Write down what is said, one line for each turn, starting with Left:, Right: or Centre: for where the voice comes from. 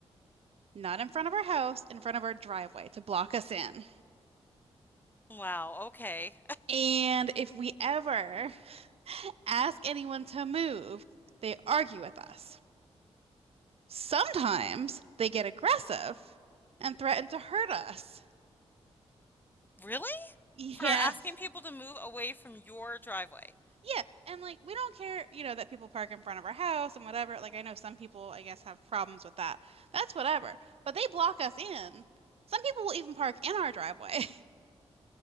Right: Not in front of our house, in front of our driveway to block us in.
Left: Wow, okay.
Right: And if we ever <laughs> ask anyone to move, they argue with us. Sometimes they get aggressive and threaten to hurt us.
Left: Really?
Right: Yes.
Left: For asking people to move away from your driveway?
Right: Yeah. And like we don't care, you know, that people park in front of our house and whatever. Like I know some people, I guess, have problems with that. That's whatever. But they block us in. Some people will even park in our driveway. <laughs>